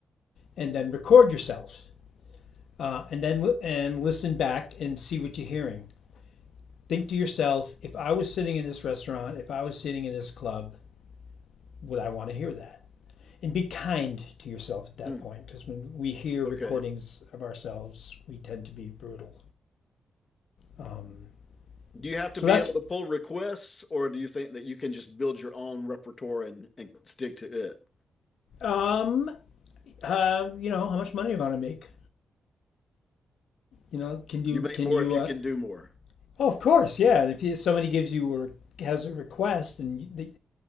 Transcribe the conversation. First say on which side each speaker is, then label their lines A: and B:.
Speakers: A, on the left (about 80°); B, on the left (about 30°).
A: and then record yourself. Uh, and then li- and listen back and see what you're hearing. Think to yourself, if I was sitting in this restaurant, if I was sitting in this club, would I want to hear that? And be kind to yourself at that
B: Hmm.
A: point, because when we hear
B: Okay.
A: recordings of ourselves, we tend to be brutal. Um,
B: Do you have to
A: so
B: be
A: that's
B: able to pull requests, or do you think that you can just build your own repertoire and, and stick to it?
A: um, uh, you know how much money do you want to make. You know, can you
B: You make
A: can
B: more
A: you
B: if you
A: uh,
B: can do more.
A: Oh, of course, yeah. And if you, somebody gives you or has a request, and you, the,